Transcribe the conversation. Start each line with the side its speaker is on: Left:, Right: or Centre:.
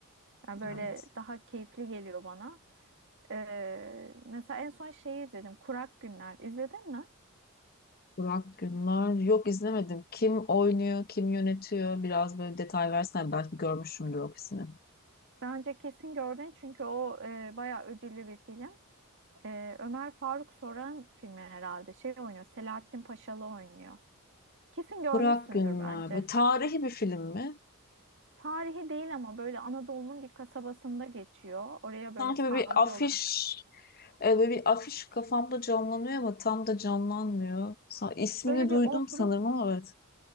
Right: Yani böyle
Left: Evet.
Right: daha keyifli geliyor bana. E, mesela en son şeyi izledim. Kurak Günler. İzledin mi?
Left: Burak Günler. Yok izlemedim. Kim oynuyor, kim yönetiyor? Biraz böyle detay versen belki görmüşümdür ofisini.
Right: Bence kesin gördün çünkü o e, bayağı ödüllü bir film. E, Ömer Faruk Soran filmi herhalde. Şey oynuyor. Selahattin Paşalı oynuyor. Kesin görmüşsündür
Left: Burak Günler.
Right: bence.
Left: Böyle tarihi bir film mi?
Right: Tarihi değil ama böyle Anadolu'nun bir kasabasında geçiyor. Oraya böyle
Left: Sanki
Right: savcı
Left: böyle bir afiş
Right: olarak
Left: e, böyle bir afiş kafamda canlanıyor ama tam da canlanmıyor. Sa- İsmini
Right: Böyle
Left: duydum
Right: bir obruk
Left: sanırım ama evet